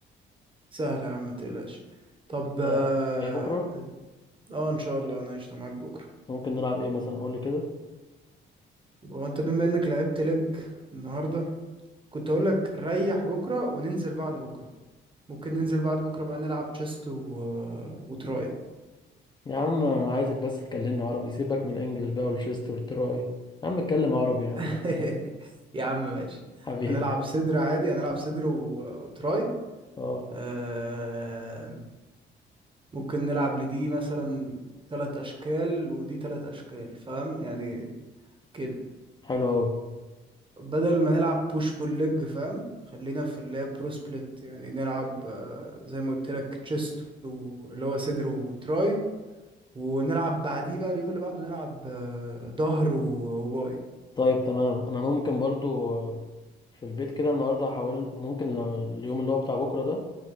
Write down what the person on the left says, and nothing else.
انت
جاي بكره
ممكن نلعب ايه مثلا قول لي كده
يا عم انا عايزك بس تكلمني عربي سيبك من الانجليش بقى والشيست والتراي يا عم اتكلم عربي يا عم
<laughs> حبيبي
اه
حلو قوي
طيب تمام انا ممكن برضو آه، في البيت كده النهارده هحاول ممكن اليوم اللي هو بتاع بكره ده